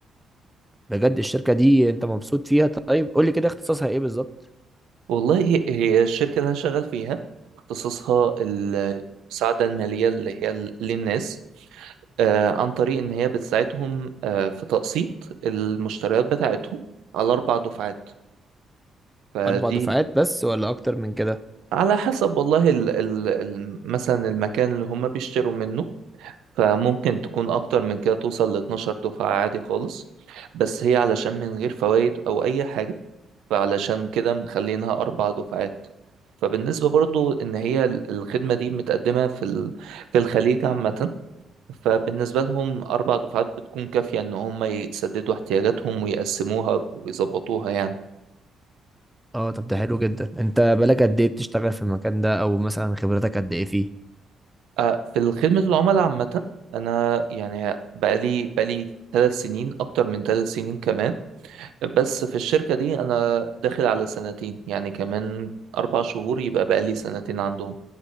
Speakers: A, in the centre; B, on the right.
A: بجد الشركة دي انت مبسوط فيها طيب قول لي كده اختصاصها ايه بالظبط
B: والله هي الشركة اللي انا شغال فيها اختصاصها المساعدة المالية اللي هي ال- للناس آه عن طريق ان هي بتساعدهم آه في تقسيط المشتريات بتاعتهم على اربع دفعات فدي
A: اربع دفعات بس ولا اكتر من كده
B: على حسب والله ال ال ال مثلا المكان اللي هم بيشتروا منه فممكن تكون أكتر من كده توصل لاتناشر دفعة عادي خالص بس هي علشان من غير فوائد أو أي حاجة فعلشان كده مخلينها أربع دفعات فبالنسبة برضو إن هي ال- الخدمة دي متقدمة في ال- في الخليج عامة فبالنسبة لهم أربع دفعات بتكون كافية إن هم يسددوا احتياجاتهم ويقسموها ويظبطوها يعني
A: اه طب ده حلو جدا انت بقالك قد ايه بتشتغل في المكان ده او مثلا خبرتك قد ايه فيه
B: آه، في خدمة العملاء عامة أنا يعني بقالي بقالي ثلاث سنين أكتر من ثلاث سنين كمان بس في الشركة دي أنا داخل على سنتين يعني كمان أربع شهور يبقى بقالي سنتين عندهم